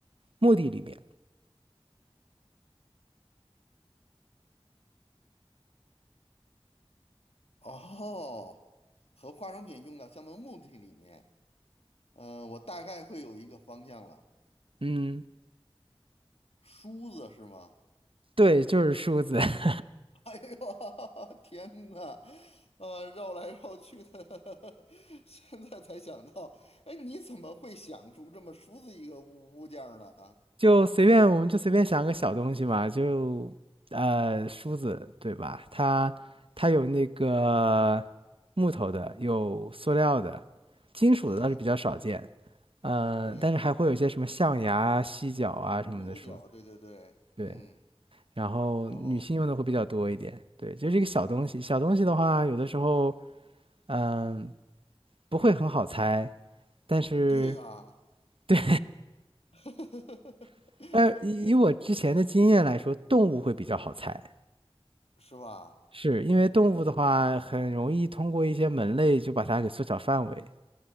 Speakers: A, on the right; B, on the left.
A: 目的里面。
B: 哦，和化妆品用到相同目的里面，嗯、我大概会有一个方向了。
A: 嗯，
B: 梳子是吗？
A: 对，就是梳子。<laughs>
B: <laughs> 哎呦，<laughs> 天呐，呃，绕来绕去的，<laughs> 现在才想到，哎，你怎么会想出这么梳子一个物物件儿呢？
A: 就随便，我们就随便想个小东西嘛，就呃梳子对吧？它它有那个木头的，有塑料的，金属的倒是比较少见，
B: 对
A: 呃，
B: 对，
A: 但是还会有一些什么象牙、犀角啊什么的梳子，
B: 牛角，对对对，
A: 对。
B: 嗯，
A: 然后女性用的会比较多一点，
B: 哦，
A: 对，就是一个小东西。小东西的话，有的时候嗯、不会很好猜，但是
B: 对呀、
A: 对，
B: <laughs>
A: <laughs> 呃以以我之前的经验来说，动物会比较好猜。
B: 是吧？
A: 是因为动物的话，
B: 动物，
A: 很容易通过一些门类就把它给缩小范围
B: 嗯